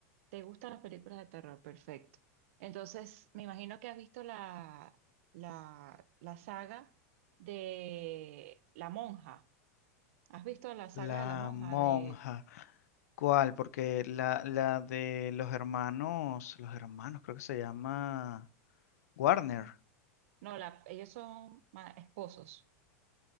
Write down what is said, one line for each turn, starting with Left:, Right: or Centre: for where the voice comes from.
Right: ¿Te gustan las películas de terror? Perfecto. Entonces, me imagino que has visto la, la, la saga de La Monja. ¿Has visto la saga
Left: La
Right: de La Monja?
Left: monja.
Right: De,
Left: ¿Cuál? Porque la, la de los hermanos, los hermanos, creo que se llama Warner.
Right: no, la, ellos son ma- esposos.